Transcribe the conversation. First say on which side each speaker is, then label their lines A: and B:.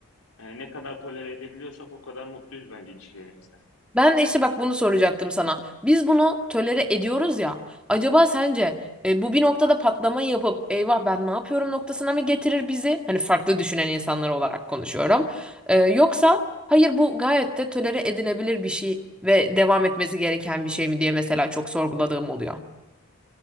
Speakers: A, on the left; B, in the centre.
A: E, ne kadar tolere edebiliyorsak o kadar mutluyuz bence ilişkilerimizde.
B: Ben de işte bak bunu soracaktım sana. Biz bunu tölere ediyoruz ya. Acaba sence e, bu bir noktada patlamayı yapıp eyvah ben ne yapıyorum noktasına mı getirir bizi? Hani farklı düşünen insanlar olarak konuşuyorum. E, yoksa Hayır bu gayet de tolere edilebilir bir şey ve devam etmesi gereken bir şey mi diye mesela çok sorguladığım oluyor.